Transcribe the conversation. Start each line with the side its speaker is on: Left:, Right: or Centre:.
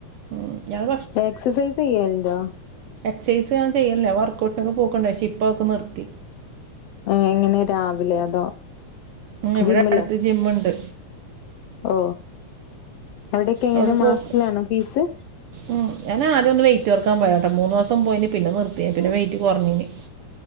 Right: ഉം ഇയാള്
Left: എക്സസൈസ് ചെയ്യാലണ്ടോ.
Right: എക്സൈസ് ഞാ ചെയ്യില്ല വർക്ക് ഔട്ടിനൊക്കെ പോക്കണ്ടേ പക്ഷെ ഇപ്പൊ അതൊക്കെ നിർത്തി.
Left: എങ്ങനെ രാവിലെ അതോ
Right: ഉം ഇവിടെ
Left: ജിമ്മിലോ
Right: അടുത്ത് ജിമ്മുണ്ട്
Left: ഓ അവിടെയൊക്കെ എങ്ങനെ
Right: അവിടെ
Left: മാസത്തിലാണോ
Right: പോക്ക്
Left: ഫീസ്
Right: ഉം ഞാൻ ആദ്യ ഒന്ന് വെയിറ്റ് കു റക്കാൻ പോയട്ട മൂന്ന് ദിവസം പോയിന് പിന്നെ നിർത്തിയ പിന്നെ വെയിറ്റ് കുറഞ്ഞീന്